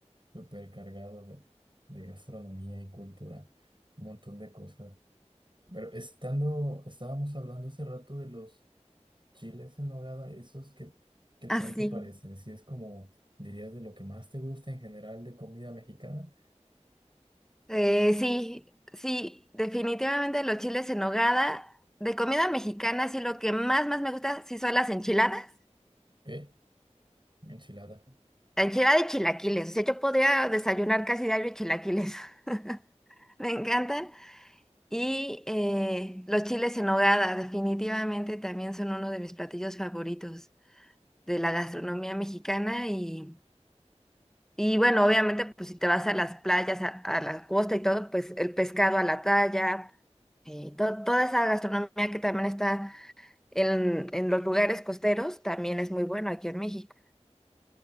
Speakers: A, on the right; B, in the centre.
A: súper cargado de, de gastronomía y cultura, un montón de cosas. Pero estando, estábamos hablando hace rato de los chiles en nogada, esos que, ¿qué tal
B: Así.
A: te parece? Si es como, dirías, de lo que más te gusta en general de comida mexicana,
B: Eh, sí, sí, definitivamente los chiles en nogada. De comida mexicana, sí, lo que más, más me gusta, sí son las enchiladas.
A: ¿qué? Enchiladas.
B: La enchilada y chilaquiles. O sea, yo podría desayunar casi diario chilaquiles. <laughs> Me encantan. Y eh, los chiles en nogada, definitivamente también son uno de mis platillos favoritos de la gastronomía mexicana y Y bueno, obviamente, pues si te vas a las playas, a, a la costa y todo, pues el pescado a la talla, eh, to- toda esa gastronomía que también está en, en los lugares costeros, también es muy bueno aquí en México.